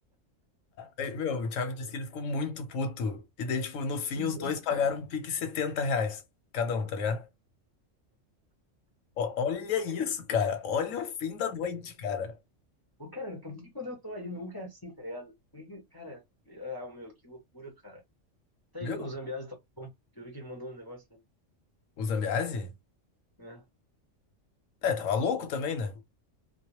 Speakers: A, on the left; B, on the left.
A: Aí, meu, o Thiago disse que ele ficou muito puto. E daí, tipo, no fim,
B: Meu Deus,
A: os dois pagaram
B: cara.
A: um pique 70 reais cada um, tá ligado? Ó, olha isso, cara. Olha o fim da noite, cara.
B: Pô, cara, por que que quando eu tô aí nunca é assim, tá ligado? Por que, que- cara, ah, meu, que loucura, cara. Tá
A: Meu,
B: aí, o Zambiase tá bom, que eu vi que ele mandou um negócio,
A: o Zambiase?
B: né? É.
A: É, tava louco também, né?